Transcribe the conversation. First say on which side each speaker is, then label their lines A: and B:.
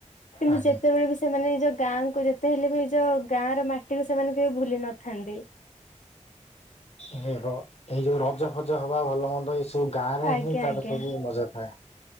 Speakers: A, on the left; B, on the left.
A: କିନ୍ତୁ
B: ଆଜ୍ଞା।
A: ଯେତେବେଳେ ବି ସେମାନେ ନିଜ ଗାଁ କୁ ଯେତେ ହେଲେ ବି ନିଜ ଗାଁ ର ମାଟିକୁ ସେମାନେ କେବେ ଭୁଲି ନଥାନ୍ତି।
B: ଉଁ ହ ଏଇ ଯୋଉ ରଜ ଫଜ ହବା ଭଲ ମନ୍ଦ ଏଇ ସବୁ ଗାଁ ରେ
A: ଆଜ୍ଞା
B: ହିଁ ତାର
A: ଆଜ୍ଞା।
B: ସବୁ ମଜା ଥାଏ।